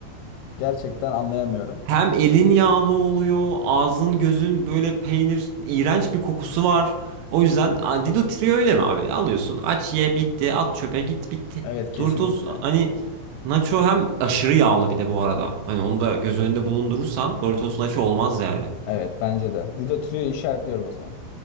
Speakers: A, on the left; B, on the right.
A: Gerçekten anlayamıyorum.
B: Hem elin yağlı oluyor, ağzın gözün böyle peynir iğrenç bir kokusu var. O yüzden a, Dido Trio öyle mi abi? Alıyorsun aç ye bitti at çöpe git bitti.
A: Evet kesinlikle.
B: Doritos hani Nacho hem aşırı yağlı bir de bu arada. Hani onu da göz önünde bulundurursan Doritos Nacho olmaz yani.
A: Evet bence de. Dido Tüyo'yu işaretliyorum o zaman.